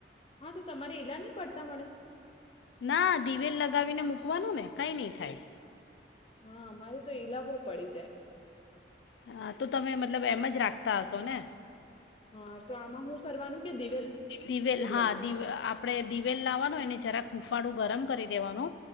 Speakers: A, on the left; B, on the left.
A: હા તો તમારે એઈલા નહ પડતા મળે.
B: ના દિવેલ લગાવીને મૂકવાનું ને. કંઈ નહીં થાય.
A: હા અમારે તો ઈલાબો પડી જાય.
B: હા તો તમે મતલબ એમ જ રાખતા હશો ને.
A: હા તો આમાં હું કરવાનું. કે દિવેલ
B: દિવેલ
A: પૂરવાનું
B: હા દવે આપણેે દિવેલ લાવવાનું એને જરાક. હૂંફાળું ગરમ કરી દેવાનું.